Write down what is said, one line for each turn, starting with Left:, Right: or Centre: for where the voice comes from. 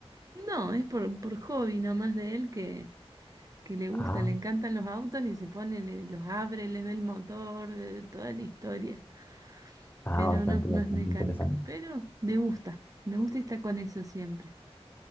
Right: No, es por, por hobby nomás de él que, que le gusta,
Left: Ah,
Right: le encantan los autos y se pone, le- los abre, les ve el motor, eh, toda la historia.
Left: ah,
Right: Pero
Left: bastante,
Right: no, no
Left: bastante
Right: es mecánico.
Left: interesante.
Right: Pero le gusta, me gusta y está con eso siempre.